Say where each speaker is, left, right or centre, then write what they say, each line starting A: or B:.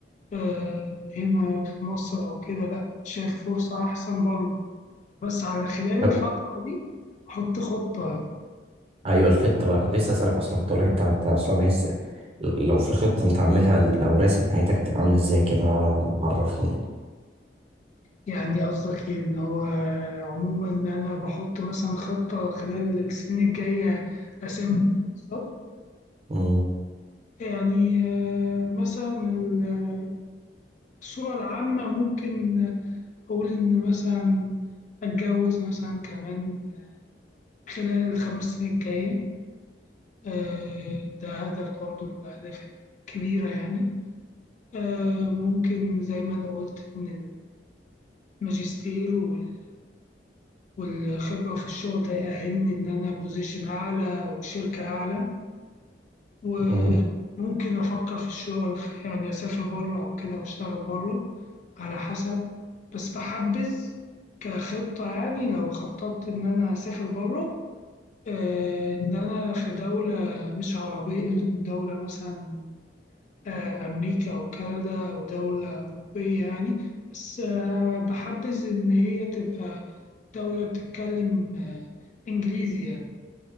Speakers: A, on the left; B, on the right.
A: آه، هنا في مصر أو كده لأ شايف فرصة أحسن بره بس على خلال
B: طب
A: الفترة دي أحط خطة
B: ايوه الخطه بقى كنت لسه اسالك اصلا كنت اقول لك انت انت اصلا عايز لو في خطه انت عاملها لو راسم حياتك تبقى عامله ازاي كده عرفني
A: يعني قصدك إيه إن هو عموما أنا بحط مثلا خطة خلال السنين الجاية أسامي بالظبط
B: مم.
A: يعني آه، مثلا ال- الصورة العامة ممكن أقول إن مثلا أتجوز مثلا كمان خلال الخمس سنين الجاية آه، ده هدف برضه من الأهداف الكبيرة يعني آه، ممكن زي ما أنا قلت إن الماجستير وال- والخبرة في الشغل ده يأهلني إن أنا بوزيشن أعلى أو شركة أعلى وممكن
B: مم.
A: أفكر في الشغل في- يعني أسافر بره أو كده وأشتغل بره على حسب بس بحبذ كخطة يعني لو خططت إن أنا أسافر بره آه، إن أنا في دولة مش عربية دولة مثلا آه، أمريكا أو كندا أو دولة أوروبية يعني بس آه، بحبذ إن هي تبقى دولة بتتكلم آه، إنجليزي يعني